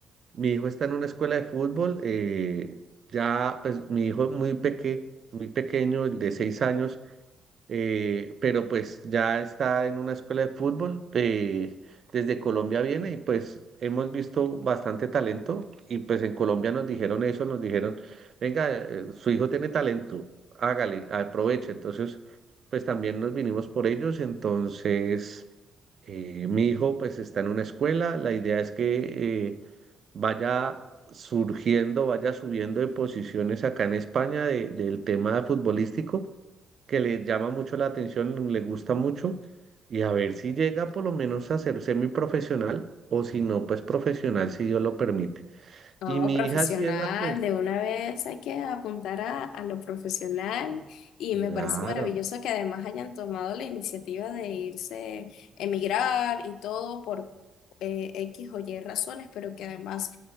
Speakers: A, on the right (about 50°); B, on the left (about 85°).
A: mi hijo está en una escuela de fútbol. eh, ya, pues mi hijo es muy peque, muy pequeño, el de seis años, eh, pero pues ya está en una escuela de fútbol, eh, desde Colombia viene y pues hemos visto bastante talento y pues en Colombia nos dijeron eso, nos dijeron, venga, eh, su hijo tiene talento, hágale, aproveche. Entonces, pues también nos vinimos por ellos, entonces... Eh, mi hijo pues está en una escuela, la idea es que eh, vaya surgiendo, vaya subiendo de posiciones acá en España de- del tema futbolístico que le llama mucho la atención, le gusta mucho, y a ver si llega por lo menos a ser semiprofesional, o si no, pues profesional, si Dios lo permite.
B: No,
A: Y mi
B: profesional,
A: hija sí es la que,
B: de una vez hay que apuntar a, a lo profesional y
A: claro,
B: me parece maravilloso que además hayan tomado la iniciativa de irse, emigrar y todo por eh, X o Y razones, pero que además